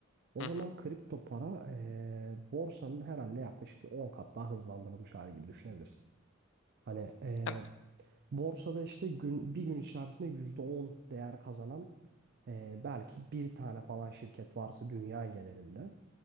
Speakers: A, on the right; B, on the left.
A: o
B: hı
A: zaman
B: hı.
A: kripto para eee, borsanın herhalde yaklaşık bir 10 kat daha hızlandırılmış hali gibi düşünebilirsin. Hani eee,
B: Ha,
A: borsada işte gün bir gün içerisinde %10 değer kazanan eee, belki bir tane falan şirket varsa dünya genelinde